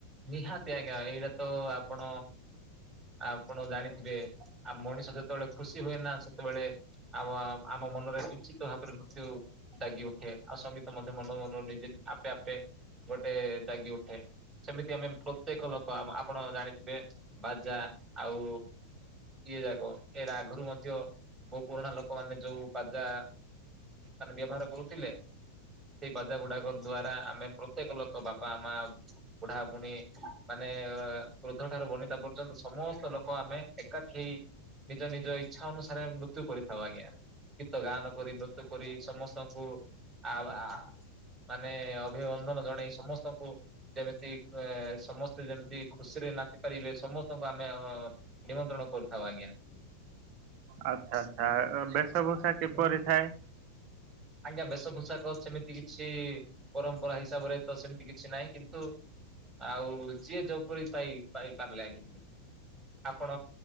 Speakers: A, on the right; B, on the right.
A: ନିହାତି ଆଜ୍ଞା ଏଇଟା ତ ଆପଣ ଆପଣ ଜାଣିଥିବେ ଆ ମଣିଷ ଯେତେବେଳେ ଖୁସି ହୁଏ ନା ସେତେବେଳେ ଆମ ଆମ ମନରେ ନିଶ୍ଚିତ ଭାବରେ ମୃତ୍ୟୁ ଜାଗି ଉଠେ ଆଉ ସଙ୍ଗୀତ ମଧ୍ୟ ମନ ମନ ନିଜେ ଆପେ ଆପେ ଗୋଟେ ଦାଗି ଉଠେ। ସେମିତି ଆମେ ପ୍ରତ୍ୟେକ ଲୋକ ଆପଣ ଜାଣିଥିବେ ବାଜା ଆଉ ଇଏ ଯାକ ଏଇଟା ଆଗରୁ ମଧ୍ୟ ମୋ ପୁରୁଣା ଲୋକମାନୋନେ ଯୋଉ ବାଜା ମାନେ ବ୍ୟବହାର କରୁଥିଲେ। ସେଇ ବାଜା ଗୁଡାକ ଦ୍ଵାରା ଆମେ ପ୍ରତ୍ୟେକ ଲୋକ ବାପା ମାଆ ବୁଢାବୁଣି ମାନେ ଏ ବୃଦ୍ଧ ଠାରୁ ବନିତା ପର୍ଯ୍ୟନ୍ତ ସମସ୍ତ ଲୋକ ଆମେ ଏକାଠି ନିଜ ନିଜ ଇଚ୍ଛା ଅନୁସାରେ ମୃତ୍ୟୁ କରିଥାଉ ଆଜ୍ଞା। ଗୀତ ଗାନ କରି ମୃତ୍ୟୁ କରି ସମସ୍ତଙ୍କୁ ଆ ଆ ମାନେ ଅଭିଅନ୍ଦନ ଜଣେଇ ସମସ୍ତଙ୍କୁ ଯେମିତି ଏ ସମସ୍ତେ ଯେମିତି ଖୁସିରେ ନାଚି ପାରିବେ ସମସ୍ତଙ୍କୁ ଆମେ ଅ ନିମନ୍ତ୍ରଣ କ ରିଥାଉ ଆଜ୍ଞା।
B: ଆଚ୍ଛା ଆଚ୍ଛା ବେଶଭୂଷା କିପରି ଥାଏ?
A: ଆଜ୍ଞା ବେଶପୋଷାକ ସେମିତି କିଛି ପରମ୍ପରା ହିସାବରେ ତ ସେମିତି କିଛି ନାହିଁ କିନ୍ତୁ ଆଉ ଯିଏ ଜୋଉପରି ପାଇ ପାଇ ପାରିଲେ ଆଜ୍ଞା। ଆପଣ